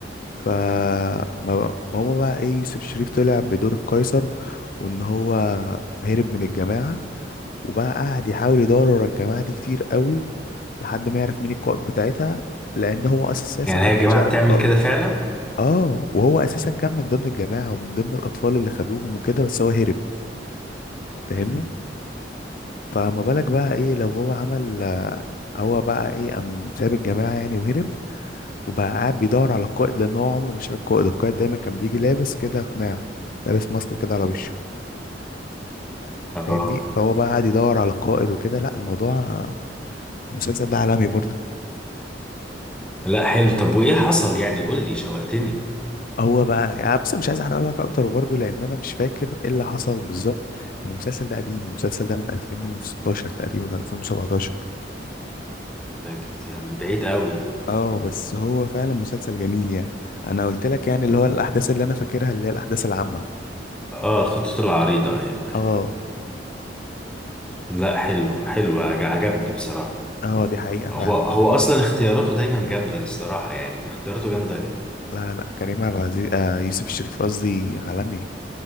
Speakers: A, on the left (about 50°); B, in the centre.
A: فما ما ما هو بقى ايه يوسف شريف طلع بدور القيصر وان هو هرب من الجماعة وبقى قاعد يحاول يدور ورا الجماعة دي كتير قوي لحد ما يعرف مين القائد بتاعتها لان هو اساسا
B: يعني
A: ما
B: هي يا
A: كانش
B: جماعة
A: عارف
B: بتعمل
A: القائد
B: كده فعلا
A: اه وهو اساسا كان من ضمن الجماعة ومن ضمن الاطفال اللي خدوهم وكده بس هو هرب فاهمني
B: امم
A: فما بالك بقى ايه لو هو عمل هو بقى ايه قام ساب الجماعة يعني وهرب وبقى قاعد بيدور على القائد لان هو عمره ما شاف القائد القائد دايما كان بيجي لابس كده قناع لابس ماسك كده على وشه
B: اه
A: فاهمني فهو بقى قاعد يدور على القائد وكده لا الموضوع المسلسل ده عالمي برضه
B: لا حلو طب وايه حصل يعني قول لي شوقتني
A: هو بقى يعني بس مش عايز احرق لك اكتر برضه لان انا مش فاكر ايه اللي حصل بالظبط لأن المسلسل ده قديم المسلسل ده من 2016 تقريبا 2017
B: ده جت- من بعيد قوي
A: اه بس هو فعلا مسلسل جميل يعني انا قلت لك يعني اللي هو الاحداث اللي انا فاكرها اللي هي الاحداث العامة
B: اه الخطوط العريضة ايوه أيوة.
A: اه
B: لا حلو حلو عج- عجبني بصراحة
A: اه دي حقيقة
B: هو
A: فعلا
B: هو اصلا اختياراته دايما جامده الصراحه يعني اختياراته جامده
A: لا لا كريم عبد العزيز آه يوسف الشريف قصدي عالمي